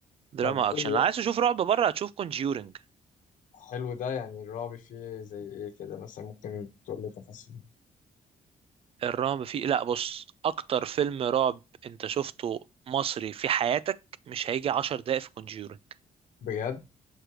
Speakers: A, on the right; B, on the left.
A: دراما
B: طب
A: اكشن
B: ايه الر-
A: لو عايز تشوف رعب بره هتشوف كونجيورنج
B: حلو ده يعني الرعب فيه زي ايه كده مثلا ممكن تقول لي تفاصيل
A: الرعب فيه لا بص اكتر فيلم رعب انت شفته مصري في حياتك مش هيجي عشر دقايق في كونجيورنج
B: بجد